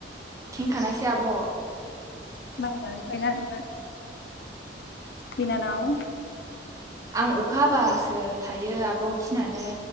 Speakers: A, on the right; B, on the left.
A: खेंखानायसो आब'
B: मारिनानैबो थायोना नोङो बिनानाव
A: आं अखा हाबासो थायो आब' गिनानै